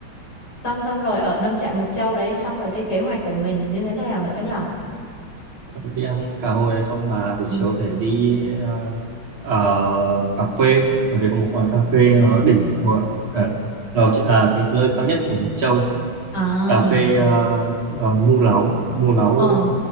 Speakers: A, on the left; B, on the right.
A: xong xong rồi ở nông trại Mộc Châu đấy xong rồi cái kế hoạch của mình như thế nào nữa nhở
B: đi ăn cá hồi xong bà buổi
A: Ừ.
B: chiều thể đi ờ, ờ, cà phê ở đây có một quán cà phê nó đỉnh thuộc à, nó chỉ là cái nơi cao nhất của Mộc Châu
A: à
B: cà phê uh, Mu Láu Mu Láu
A: ờ
B: ơi